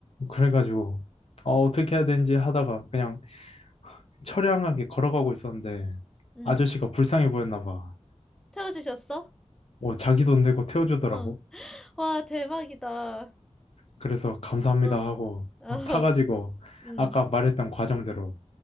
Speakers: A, on the left; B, in the centre.
A: 그래가지고, 어, 어떻게 해야 되는지 하다가 그냥 처량하게 걸어가고 있었는데
B: 음.
A: 아저씨가 불쌍해 보였나 봐.
B: 태워주셨어?
A: 어, 자기 돈 내고 태워주더라고.
B: 어. 와, 대박이다.
A: 그래서 감사합니다
B: 어.
A: 하고
B: <laughs> 어.
A: 어, 타가지고
B: 음.
A: 아까 말했던 과정대로